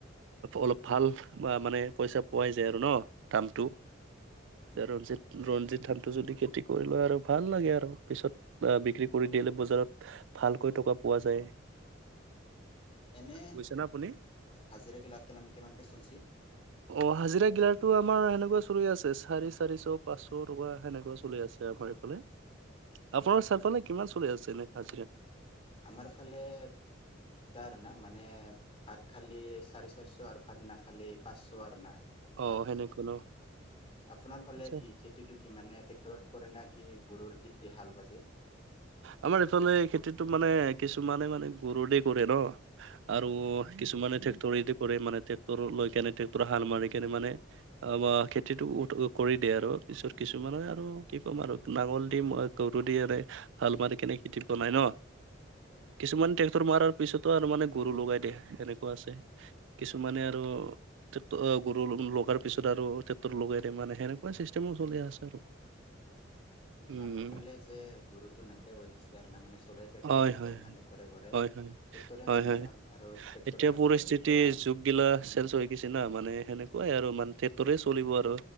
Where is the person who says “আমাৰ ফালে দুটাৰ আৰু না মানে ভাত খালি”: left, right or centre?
Left